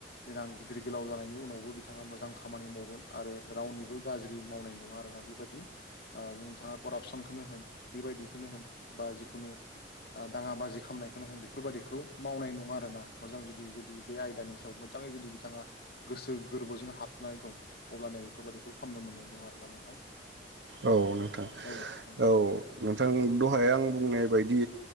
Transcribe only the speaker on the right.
औ नोंथां
औ नोंथां दहाया आं बुंनाय बायदि